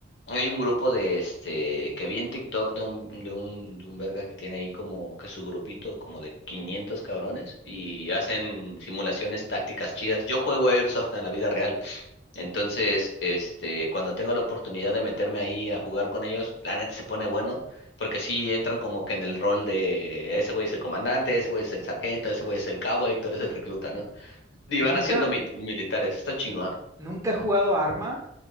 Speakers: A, on the left (about 60°); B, on the right (about 15°).
A: hay un grupo de este que vi en TikTok de un, de un de un verga que tiene ahí como que su grupito como de 500 cabrones y hacen simulaciones tácticas chidas. Yo juego Airsoft en la vida real. Entonces, este, cuando tengo la oportunidad de meterme ahí a jugar con ellos, la neta se pone bueno, porque sí entran como que en el rol de ese güey es el comandante, ese güey es el sargento, ese güey es el cabo y tú eres el recluta, ¿no? Y
B: Nunca,
A: van haciendo mi- militares, está chingón.
B: n- nunca he jugado Arma.